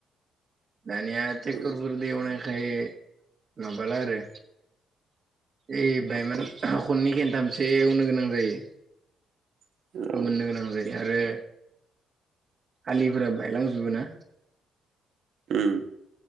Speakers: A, on the right; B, on the right.
A: दानिया टेक्करफोर
B: उम
A: दो एवनायखाय माबाला आरो। ए बायमोन
B: औ
A: ह खननै खनथामसो एवनो गोनां जायो।
B: औ
A: फो मोननो गोनां जायो आरो आलिफोरा बायलांजोबो ना
B: ओम